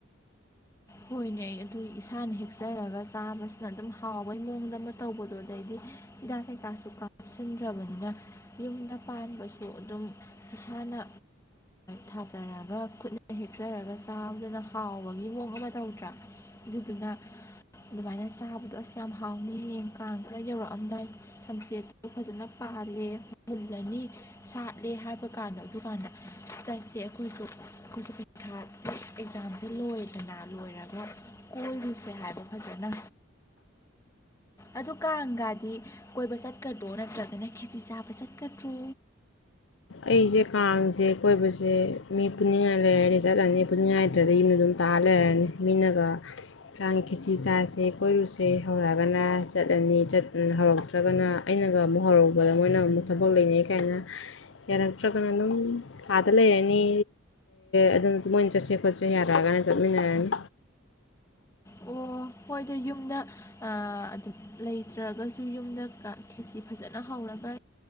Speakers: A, on the left; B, on the left.
A: ꯍꯣꯏꯅꯩ ꯑꯗꯨ ꯏꯁꯥꯅ ꯍꯦꯛꯆꯔꯒ ꯆꯥꯕꯁꯤꯅ ꯑꯗꯨꯝ ꯍꯥꯎꯕꯩ ꯃꯑꯣꯡꯗ ꯑꯃ ꯇꯧꯕꯗꯣ ꯑꯗꯩꯗꯤ ꯍꯤꯗꯥꯛ ꯀꯩꯀꯥꯁꯨ ꯀꯥꯞꯁꯤꯟꯗ꯭ꯔꯕꯅꯤꯅ ꯌꯨꯝꯗ ꯄꯥꯟꯕꯁꯨ ꯑꯗꯨꯝ ꯏꯁꯥꯅ ꯊꯥꯖꯔꯒ ꯈꯨꯠꯅ ꯍꯦꯛꯆꯔꯒ ꯆꯥꯕꯗꯨꯅ ꯍꯥꯎꯕꯒꯤ ꯃꯑꯣꯡ ꯑꯃ ꯇꯧꯗ꯭ꯔꯥ ꯑꯗꯨꯗꯨꯅ ꯑꯗꯨꯃꯥꯏꯅ ꯆꯥꯕꯗꯣ ꯑꯁ ꯌꯥꯝ ꯍꯥꯎꯅꯤ ꯌꯦ ꯀꯥꯡ ꯈꯔ ꯌꯧꯔꯛꯑꯝꯗꯥꯏ ꯊꯝꯆꯦꯠꯇꯨ ꯐꯖꯅ ꯄꯥꯜꯂꯦ ꯃꯨꯜꯂꯅꯤ ꯁꯥꯠꯂꯦ ꯍꯥꯏꯕ ꯀꯥꯟꯗ ꯑꯗꯨꯀꯥꯟꯗ ꯆꯠꯁꯦ ꯑꯩꯈꯣꯏꯁꯨ ꯑꯩꯈꯣꯏꯁꯨ ꯄꯔꯤꯈꯥ ꯑꯦꯛꯖꯥꯝꯁꯨ ꯂꯣꯏꯔꯦꯗꯅ ꯂꯣꯏꯔꯒ ꯀꯣꯏꯔꯨꯁꯦ ꯍꯥꯏꯕ ꯅꯇꯦꯗ ꯑꯗꯨ ꯀꯥꯡꯒꯗꯤ ꯀꯣꯏꯕ ꯆꯠꯀꯗ꯭ꯔꯣ ꯅꯠꯇ꯭ꯔꯒꯅ ꯈꯦꯆꯤ ꯆꯥꯕ ꯆꯠꯀꯗ꯭ꯔꯣ
B: ꯑꯩꯁꯦ ꯀꯥꯡꯁꯦ ꯀꯣꯏꯕꯁꯦ ꯃꯤ ꯄꯨꯅꯤꯡꯉꯥꯏ ꯂꯩꯔꯅꯤ ꯆꯠꯂꯅꯤ ꯄꯨꯅꯤꯡꯉꯥꯏ ꯂꯩꯇ꯭ꯔꯗꯤ ꯌꯨꯝꯅ ꯑꯗꯨꯝ ꯇꯥꯔ ꯂꯩꯔꯅꯤ ꯃꯤꯅꯒ ꯀꯥꯡ ꯈꯦꯆꯤ ꯆꯥꯁꯦ ꯀꯣꯏꯔꯨꯁꯦ ꯍꯧꯔꯛꯑꯒꯅ ꯆꯠꯂꯅꯤ ꯍꯧꯔꯛꯇ꯭ꯔꯒꯅ ꯑꯩꯅꯒ ꯑꯃꯨꯛ ꯍꯧꯔꯨꯕꯗ ꯃꯣꯏꯅ ꯑꯃꯨꯛ ꯊꯕꯛ ꯂꯩꯅꯩ ꯀꯥꯏꯅ ꯌꯥꯔꯛꯇ꯭ꯔꯒꯅ ꯑꯗꯨꯝ ꯀꯥꯗ ꯂꯩꯔꯅꯤ ꯑꯗꯨꯃ ꯃꯣꯏꯅ ꯆꯠꯁꯦ ꯈꯣꯠꯁꯦ ꯌꯥꯔꯛꯑꯒꯅ ꯆꯠꯃꯤꯟꯅꯔꯅꯤ
A: ꯑꯣ ꯍꯣꯏꯗ ꯌꯨꯝꯗ ꯑꯗꯨꯝ ꯂꯩꯇ꯭ꯔꯒꯁꯨ ꯌꯨꯝꯗ ꯈꯦꯖꯤ ꯐꯖꯅ ꯍꯧꯔꯒ